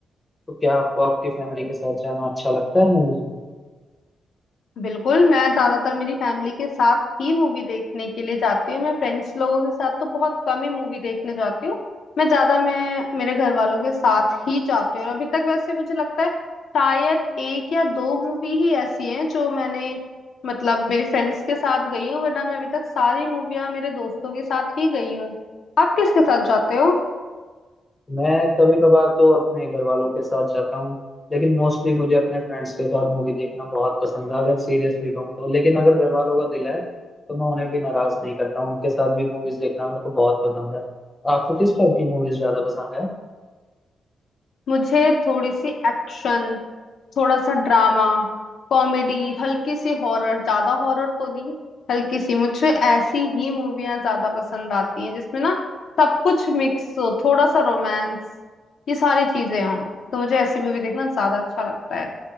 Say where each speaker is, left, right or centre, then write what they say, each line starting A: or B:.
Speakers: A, on the left; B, on the left.
A: तो क्या आपको आपकी फैमिली के साथ जाना अच्छा लगता है मूवीज
B: बिल्कुल मैं ज्यादातर मेरी फैमिली के साथ ही मूवी देखने के लिए जाती हूँ मैं फ्रेंड्स लोगों के साथ तो बहुत कम ही मूवी देखने जाती हूँ मैं ज्यादा मैं मेरे घर वालों के साथ ही जाती हूँ और अभी तक वैसे मुझे लगता है शायद एक या दो मूवी ही ऐसी हैं जो मैंने मतलब मेरे फ्रेंड्स के साथ गई हूँ वरना मैं अभी तक सारी मूवियाँ मेरे दोस्तों के साथ ही गई हूँ आप किसके साथ जाते हो
A: मैं कभी कभार तो अपने घर वालों के साथ जाता हूँ लेकिन मोस्टली मुझे अपने फ्रेंड्स के साथ मूवी देखना बहुत पसंद है अगर सीरियसली कहूँ तो लेकिन अगर घर वालों का दिल है तो मैं उन्हें भी नाराज नहीं करता हूँ उनके साथ भी मूवीज देखना मेरे को बहुत पसंद है आपको किस टाइप की मूवीज ज्यादा पसंद है
B: मुझे थोड़ी सी एक्शन थोड़ा सा ड्रामा कॉमेडी हल्की सी हॉरर ज्यादा हॉरर तो नहीं हल्की सी मुझे ऐसी ही मूवियां ज्यादा पसंद आती हैं जिसमें ना सब कुछ मिक्स हो थोड़ा सा रोमांस ये सारी चीजें हों तो मुझे ऐसी मूवी देखना ज्यादा अच्छा लगता है